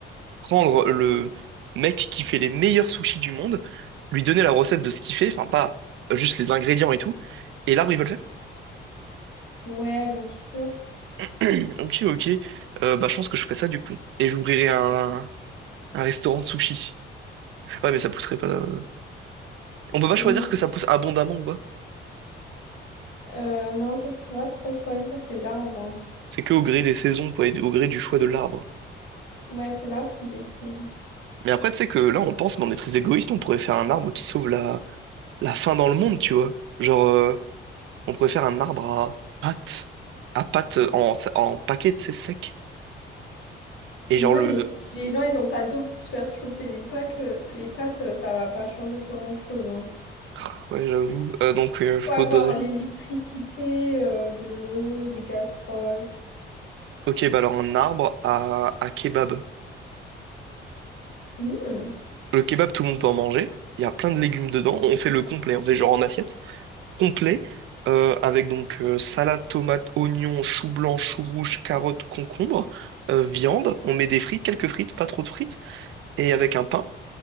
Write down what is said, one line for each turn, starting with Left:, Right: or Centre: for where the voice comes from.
Right: prendre le mec qui fait les meilleurs sushis du monde, lui donner la recette de ce qu'il fait, enfin pas euh, juste les ingrédients et tout, et l'arbre il peut le faire.
Left: Ouais, bien sûr.
Right: <clears throat> Ok, ok, Euh, bah je pense que je ferai ça du coup, et j'ouvrirai un, un restaurant de sushis. Ouais, mais ça pousserait pas. euh, On peut pas
Left: Non,
Right: choisir que ça pousse abondamment ou quoi.
Left: Euh, non, ça, tu peux pas trop choisir, c'est l'arbre. hein.
Right: C'est que au gré des saisons quoi, et au gré du choix de l'arbre.
Left: Ouais, c'est l'arbre qui décide.
Right: Mais après, tu sais que là on pense, mais on est très égoïste, on pourrait faire un arbre qui sauve la, la faim dans le monde, tu vois. Genre. euh, On pourrait faire un arbre à pâte, à pâte euh, en, en paquet, c'est sec. Et
Left: Ouais,
Right: genre le...
Left: mais si les gens, ils ont pas d'eau pour se faire chauffer les pâtes, les pâtes, euh, ça va pas changer grand-chose. Hein.
Right: ah, Ouais, j'avoue. Euh, donc, euh, faudrait...
Left: Faut avoir l'électricité, euh, de l'eau, des casseroles.
Right: Ok, bah alors un arbre à, à kebab.
Left: Hmm.
Right: Le kebab, tout le monde peut en manger. Il y a plein de légumes dedans. On fait le complet. On fait genre en assiette. Complet, euh, avec donc euh, salade, tomate, oignon, chou blanc, chou rouge, carotte, concombre, euh, viande. On met des frites, quelques frites, pas trop de frites. Et avec un pain